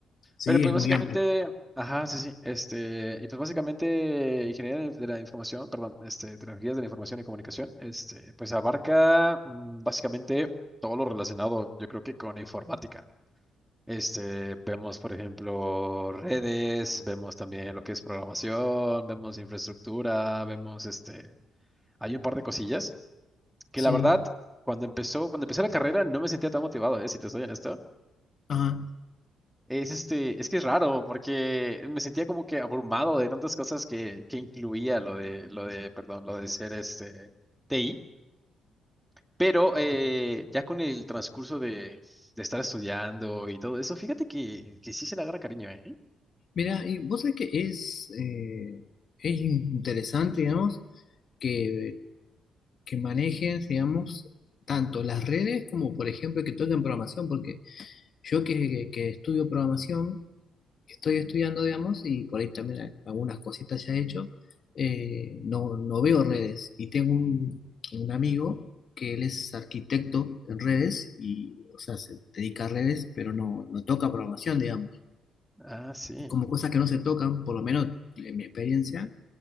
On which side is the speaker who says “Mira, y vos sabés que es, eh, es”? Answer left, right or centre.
Left